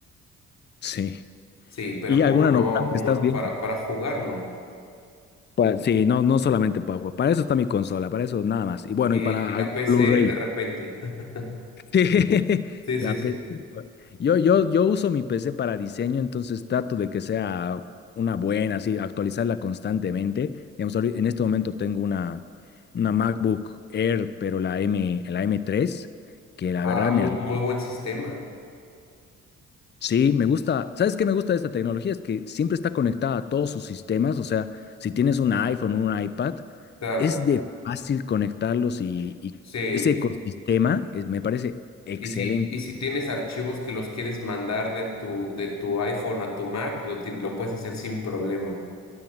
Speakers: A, on the left (about 30°); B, on the left (about 50°).
A: sí.
B: Sí, pero
A: ¿Y
B: como
A: alguna
B: no,
A: novedad
B: como
A: que estás viendo?
B: para, para jugar, no.
A: Pa- sí, no, no solamente para jugar. Para eso está mi consola, para eso nada más. Y bueno,
B: Y,
A: y para
B: y la
A: algún
B: PC
A: Blu-ray.
B: de repente.
A: <laughs>
B: <laughs>
A: Sí,
B: Sí,
A: la
B: sí, sí.
A: P- C. pues, Yo, yo, yo uso mi PC para diseño, entonces trato de que sea una buena, así, actualizarla constantemente. Digamos, ahorita- en este momento tengo una, una MacBook Air, pero la M, la m tres, que la
B: Ah,
A: verdad
B: muy,
A: me rinde.
B: muy buen sistema.
A: Sí, me gusta. ¿Sabes qué me gusta de esta tecnología? Es que siempre está conectada a todos sus sistemas. O sea, si tienes un iPhone o un iPad,
B: Claro,
A: es de fácil conectarlos y, y
B: sí.
A: ese ecosistema es- me parece excelente.
B: Y si, y si tienes archivos que los quieres mandar de tu, de tu iPhone a tu Mac, lo, ti- lo puedes hacer sin problema.